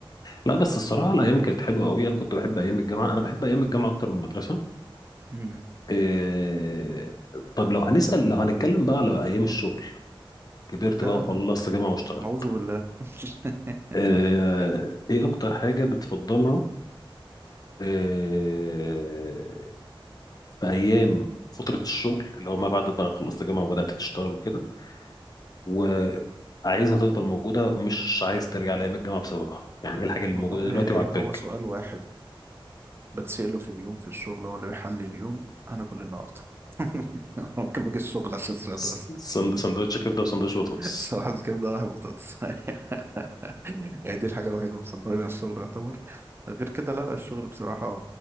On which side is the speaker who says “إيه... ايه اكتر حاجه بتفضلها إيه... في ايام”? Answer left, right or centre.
Left